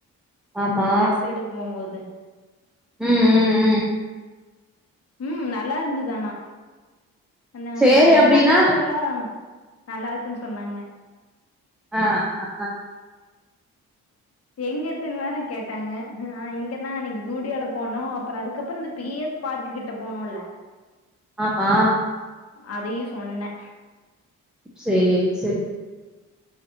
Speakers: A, in the centre; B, on the left.
A: ஆமா
B: ட்ரெஸ் எடுக்கமோம்போது
A: ம் ம் ம்
B: ம் நல்லாருந்தது ஆனா நா
A: சேரி
B: என்
A: அப்டின்னா
B: நண்பர்களும் நல்லாருக்குன் சொன்னாங்க
A: ஆ ஆ
B: எங்க எடுத்தன்னு வேற கேட்டாங்க நான் இங்க தான் அன்னக்கி ஸுடியோல போனோ அப்றோ அதுக்கப்றோ இந்த பி எஸ் பார்க்கு கிட்ட போணுல்ல
A: ஆமா
B: அதையு சொன்னே
A: சேரி செரி